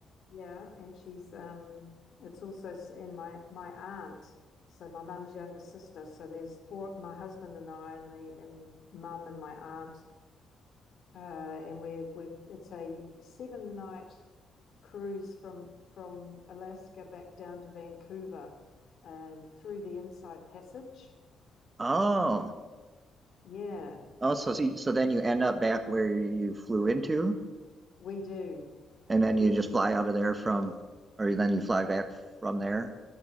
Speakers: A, on the left; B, on the right.
A: Yeah, and she's um it's also s- and my my aunt, so my mum's younger sister. So there's four my husband and I and the and mum and my aunt. Uh and we're we it's a seven night cruise from from Alaska back down to Vancouver and through the Inside Passage.
B: Oh,
A: Yeah,
B: oh, so so so then you end up back where you flew into.
A: we do.
B: And then
A: Yes.
B: you just fly out of there from, or then you fly back from there?